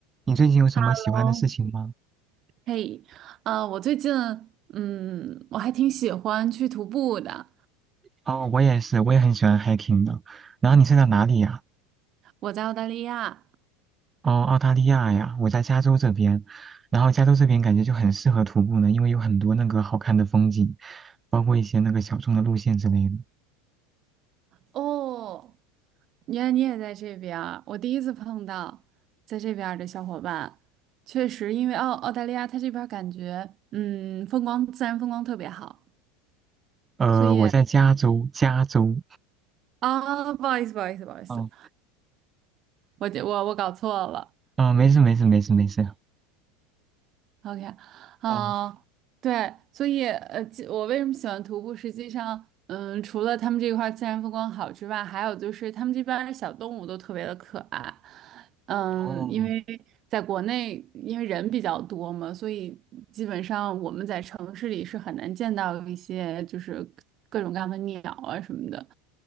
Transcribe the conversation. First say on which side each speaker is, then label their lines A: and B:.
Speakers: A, on the right; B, on the right.
A: 你最近有什么喜欢的事情吗？
B: 哦，嘿，呃，我最近，嗯，我还挺喜欢去徒步的。
A: 哦，我也是，我也很喜欢 hiking 的。然后你是在哪里呀？
B: 我在澳大利亚，
A: 哦，澳大利亚呀，我在加州这边。然后加州这边感觉就很适合徒步呢，因为有很多那个好看的风景，包括一些那个小众的路线之类的。
B: 哦，原来你也在这边儿，我第一次碰到在这边儿的小伙伴。确实，因为澳澳大利亚它这边儿感觉，嗯，风光自然风光特别好，
A: 呃，
B: 所以
A: 我在加州，加州。
B: 啊，不好意思，不好意思，不好意思，
A: 嗯
B: 我这我我搞错了，
A: 嗯，没事没事没事没事。
B: OK，嗯，
A: 哦
B: 对，所以呃，其我为什么喜欢徒步？实际上，嗯，除了他们这块儿自然风光好之外，还有就是他们这边儿的小动物都特别的可爱，嗯，
A: 哦，
B: 因为在国内，因为人比较多嘛，所以基本上我们在城市里是很难见到一些就是各种各样的鸟啊什么的。